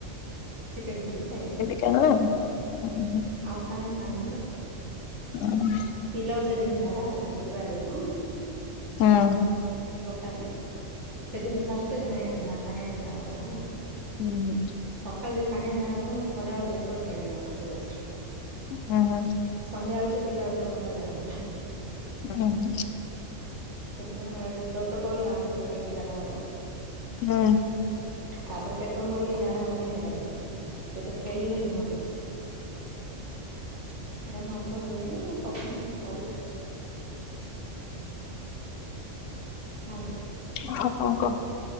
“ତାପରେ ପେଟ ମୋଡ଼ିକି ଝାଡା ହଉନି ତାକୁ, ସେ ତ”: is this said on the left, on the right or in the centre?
Right